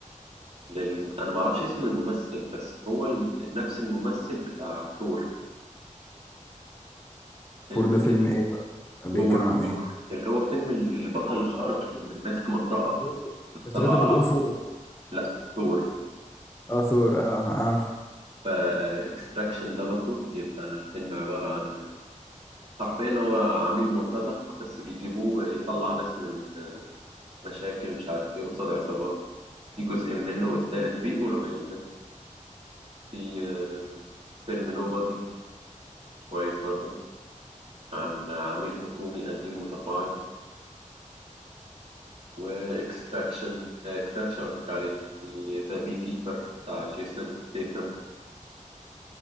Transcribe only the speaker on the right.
لل... أنا ما أعرفش اسم الممثل بس هو الم- نفس الممثل بتاع ثور فيلم
كده
دور
دور اللي هو فيلم البطل
الخارق
اللي
ماسك مطرقة
بتطلع
رعد
لا ثور
فاكستراكشن ده برضو بيبقى فيلم عبارة عن حرفيا هو عميل مرتزق بس بيجيبوه يطلع ناس من مشاكل مش عارف ايه قصاد عصابات في جزء منه والتالت بيقولوا هينزل في آه، فيلم نوبادي كويس برضو عن عميل حكومي قديم متقاعد واكستراكشن اكستراكشن قلت لك عليه في ذا بي كيبر بتاع جيسون ستيثم